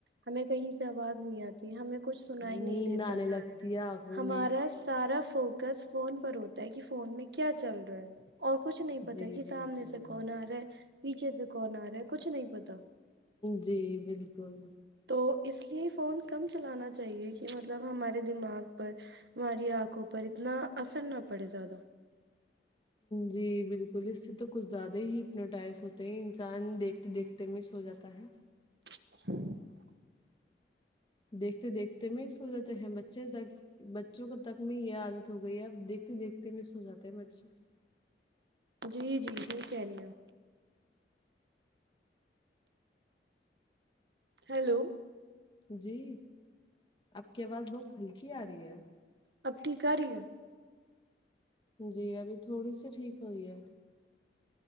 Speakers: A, on the right; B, on the left.
A: ہمیں کہیں سے آواز نہیں آتی ہمیں کچھ سنائی نہیں
B: نیند
A: دیتا
B: آنے لگتی ہے آنکھوں
A: ہمارا
B: میں
A: سارا فوکس فون پر ہوتا کہ فون میں کیا چل رہا ہے اور کچھ نہیں پتا
B: جی
A: کہ
B: بالکل
A: سامنے سے کون آ رہا ہے پیچھے سے کون آ رہا ہے کچھ نہیں پتا
B: جی بالکل
A: تو اس لیے فون کم چلانا چاہیے کہ مطلب ہمارے دماغ پر ہماری آنکھوں پر اتنا اثر نہ پڑے زیادہ
B: جی بالکل اس سے تو کچھ زیادہ ہی ہنٹائز ہوتے ہیں انسان دیکھتے دیکھتے میں سو جاتا ہے
A: ہ <unintelligible>
B: دیکھتے دیکھتے میں سو جاتے ہیں بچے ب تک بچوں کو تک میں یہ عادت ہو گئی ہے اب دیکھتے دیکھتے <unintelligible> ت میں سو جاتے مچھے <unintelligible>
A: جی جی صحی کہنے ہیں ہیلو
B: جی آپ کی آواز بہت ہلکی آ رہی ہے
A: اب ٹھیک آ رہی ہے
B: جی ابھی تھوڑی سی ٹھیک ہوئی ہے